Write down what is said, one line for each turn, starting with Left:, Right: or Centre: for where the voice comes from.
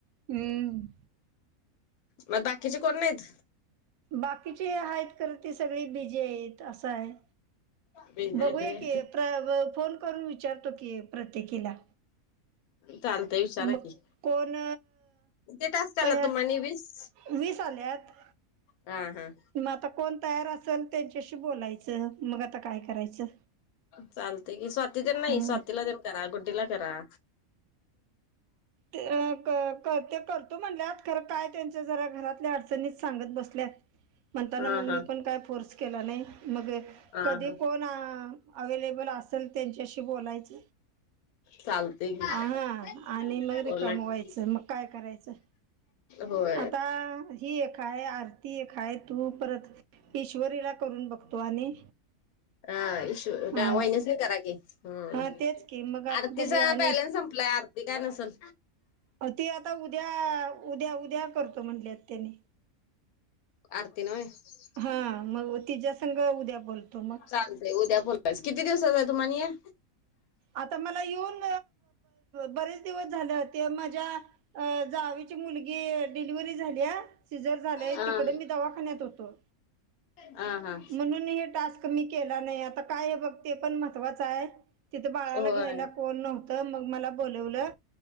Right: हम्म...
Left: मग बाकीची कोण नाहीत.
Right: बाकीची हाईत खरं ती सगळी बीजी हाईत असं हाय.
Left: विजय
Right: बघूया
Left: तू
Right: की प्र फोन करून विचारतो की प्रत्येकीला.
Left: चालतंय विचारा
Right: मग
Left: की.
Right: कोण
Left: किेती टास्क
Right: तयार
Left: आल्यात तुम्हांनी वीस??
Right: वीस आल्यात.
Left: हा हा...
Right: मग आता कोण तयार असल त्यांच्याशी बोलायचं मग आता काय करायचं
Left: चालतयं कि स्वाती तेन नाही
Right: हम्म
Left: स्वातीला ज करा गुड्डीला करा.
Right: ते ते कर तो म्हणल्यात खरं काय तेंच जरा घरातल्या अडचणीच सांगत बसल्यात. म्हणतान
Left: हा
Right: मग
Left: हा
Right: मी पण काय फोर्स केला नाही मग
Left: हा
Right: कधी
Left: हा
Right: कोण आ अवेलेबल असल त्यांच्याशी बोलायच.
Left: चालते की
Right: आ हं.. आ णि मग रीकाम
Left: बोला
Right: व्हायचं
Left: की
Right: मग काय करायचं.
Left: होय.
Right: आता ही एक आहे, आरती एक हाय, तू परत ईश्वरीला करून बघतो आणि
Left: हा इश
Right: हा
Left: डा वहिनिसनी करा की. हम्म,
Right: हा तेच की मग आता
Left: आरती
Right: बघूया
Left: चा
Right: आणि
Left: बलेन्स संपलंय आरती काय नसलं.
Right: अ ते आता उद्या, उद्या, उद्या करतो म्हटलेत त्याने.
Left: आरती ना होय, हो
Right: हा मग तिच्या संग उद्या बोलतो मग
Left: चालतंय उद्या बोल किती दिवसच आहे तुम्हानी हे?
Right: आता मला येऊन बरेच दिवस झालेत. ते माझ्या जावेची मुलगी डिलिव्ही झाल्या शिजर झालं
Left: हा
Right: तिकडे मी दवाखान्यात होतो.
Left: ह हा.
Right: म्हणून हे टास्क मी केला नाही आता काय हे बघते पण महवाचं आहे तिथे बाळाला
Left: होय
Right: घ्यायला कोण नव्हत मग मला बोलवलं